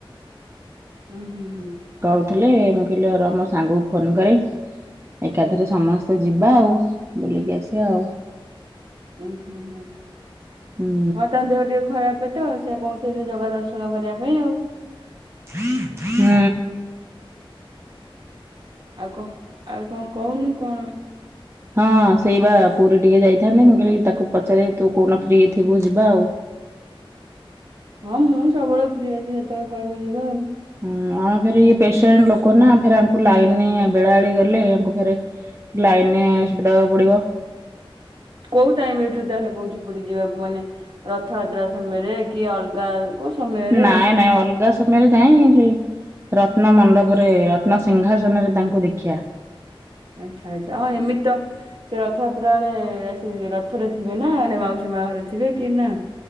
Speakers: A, on the right; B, on the right.
A: ହୁଁ ହୁଁ ହୁଁ।
B: କହୁଥିଲେ ମୁଁ କହିଲି ର ମୋ ସାଙ୍ଗକୁ ଫୋନ କରେ ଏକାଥରେ
A: ହୁଁ
B: ସମସ୍ତେ ଯିବା ଆଉ ବୁଲିକି ଆସିବା ଆଉ।
A: ଉଁ ହୁଁ ହୁଁ
B: ହୁଁ
A: ହଁ ତାଙ୍କ ଦେହ ଟିକେ ଖରାପ ତ ସେ କହୁ ଥିଲେ ଜଗା ଦର୍ଶନ କରିବା ପାଇଁ ଆଉ।
B: ହୁଁ।
A: ଆଉ କ ଆଉ କଣ କହୁନୁ କଣ?
B: ହଁ ସେଇ ବା ପୁରୀ ଟିକେ ଯାଇଥାନ୍ତେ ମୁଁ କହିଲି ତାକୁ ପଚାରେ ତୁ କୋଉଦିନ ଫ୍ରି ଥିବୁ ଯିବା ଆଉ। <inaudible>
A: ହଁ ମୁଁ ସବୁବେଳେ ଫ୍ରି ଅଛି ଯେତେବେଳେ କହିବୁ ଯିବା ଆଉ।
B: ହଁ ଆମେ ଫେରି ପେସେଣ୍ଟ ଲୋକ ନା ଫେରେ ଆମକୁ ଲାଇନ୍ ରେ ବେଳା ଆଡି ଗଲେ ଆଙ୍କୁ ଫେରେ ଲାଇନରେ ସିଟ୍ ଦବାକୁ ପଡିବ।
A: କୋଉ ଟାଇମ ରେ ତୁ ତାହେଲେ କହୁଛୁ ପୁରୀ ଯିବାକୁ ମାନେ ରଥଯାତ୍ରା ସମୟରେ କି ଅଲଗା କୋଉ ସମୟରେ
B: ନାଇଁ ନାଇଁ ଅଲଗା ସମୟରେ ଯାଏ ସେଇ ରତ୍ନ ମଣ୍ଡପରେ ରତ୍ନ ସିଂହାସନରେ ତାଙ୍କୁ ଦେଖିଆ
A: ଆଚ୍ଛା ଆଚ୍ଛା ହଁ ଏମିତି ତ ସେ ରଥଯାତ୍ରା ବେଳେ ସେ ରଥ ରେ ଥିବେ ନା ମାଉସୀ ମା ଘରେ ଥିବେ କି ନା?